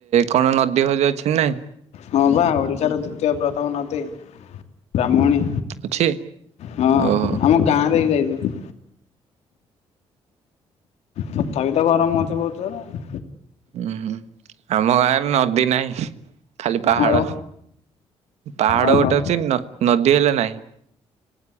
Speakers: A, on the right; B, on the left.
A: କଣ ନଦୀ ଫଦି ଅଛି ନା ନାଇଁ?
B: ହଁ ବା ଓଡିଶାର ଦ୍ଵିତୀୟ ପ୍ରଥମ ନଦୀ ବ୍ରାହ୍ମଣୀ।
A: ଅଛି?
B: ହଁ
A: ଓହୋ।
B: ଆମ ଗାଁ ଦେଇକି ଯାଇଚି। ତଥାପି ତ ଗରମ ହୋଉଚି ବହୁତ ଜୋରେ।
A: ହୁଁ ହୁଁ ଆମ ଗାଁରେ ନଦୀ ନାହିଁ। ଖାଲି ପାହାଡ
B: ଆଉ
A: ପାହାଡ
B: ଓହୋ
A: ଗୋଟେ ଅଛି ନ ନଦୀ ହେଲେ ନାହିଁ।